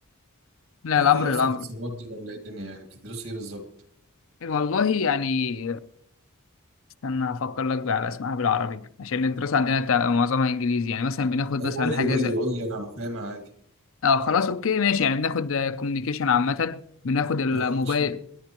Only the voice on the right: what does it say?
تاخدوا
ايه اصلا
في اتصالات دي ولا ايه الدنيا يعني بتدرسوا ايه بالظبط؟
ايوه
قول
لي قول
لي قول لي انا فاهمها عادي
اه ماشي